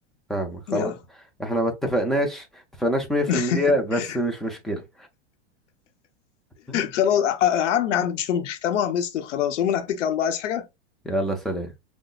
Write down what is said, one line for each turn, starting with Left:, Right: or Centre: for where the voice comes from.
Centre: فاهم خلاص
Left: يا.
Centre: احنا ما اتفقناش اتفقناش 100%
Left: <laughs>
Centre: بس مش مشكلة <laughs>
Left: خلاص ع- ع- عمي عندي مش مهم ختموها مثل وخلاص ومن على الله عايز حاجه
Centre: يلا سلام